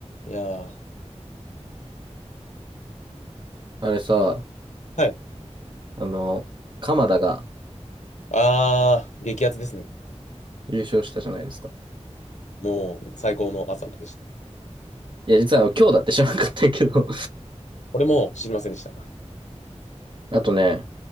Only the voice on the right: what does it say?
あれさ、
あの、鎌田が
優勝したじゃないですか。
いや、実は今日だって知らなかったけど
<laughs> あとね、